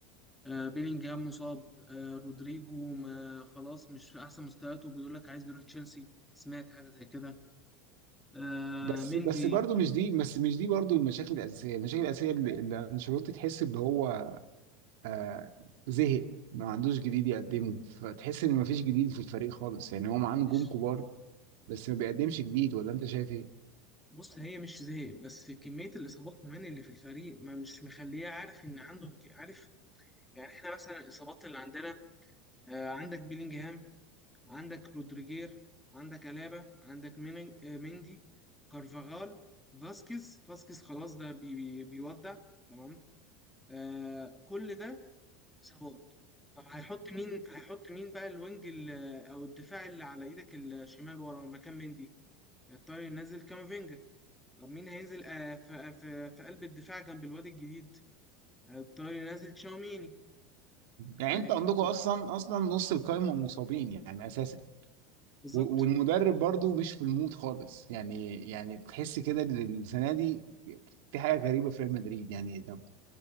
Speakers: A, in the centre; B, on the right.
A: آه، بيلينجهام مصاب آه، رودريجو ما خلاص مش في احسن مستوياته بيقول لك عايز يروح تشيلسي سمعت حاجه زي كده آه،
B: بس
A: مندي
B: بس برضه مش دي بس مش دي برضه المشاكل الاساسيه المشاكل الاساسيه اللي اللي انشيلوتي تحس ان هو آه زهق ما عندوش جديد يقدمه فتحس ان ما فيش جديد في الفريق خالص يعني هو معاه نجوم
A: مش
B: كبار بس ما بيقدمش جديد ولا انت شايف ايه؟
A: بص هي مش زهق بس كميه الاصابات كمان اللي في الفريق ما مش مخليه عارف ان عنده عارف يعني احنا مثلا الاصابات اللي عندنا آه، عندك بيلينجهام عندك رودريجير عندك الابا عندك مين- آه، مندي كارفاغال فاسكيز فاسكيز خلاص ده بي بي بيودع تمام آه كل ده اصابات طب هيحط مين هيحط مين بقى الوينج ال- او الدفاع اللي على ايدك الشمال ورا مكان مندي هيضطر ينزل كامافينجا طب مين هينزل آه، في في في قلب الدفاع جنب الواد الجديد هيضطر ينزل تشاوميني
B: يعني
A: هيحط-
B: انت عندكم اصلا اصلا نص القايمه مصابين يعني اساسا
A: بالظبط
B: و- والمدرب برضو مش في المود خالص يعني يعني تحس كده ان السنه دي في حاجه غريبه في ريال مدريد يعني طب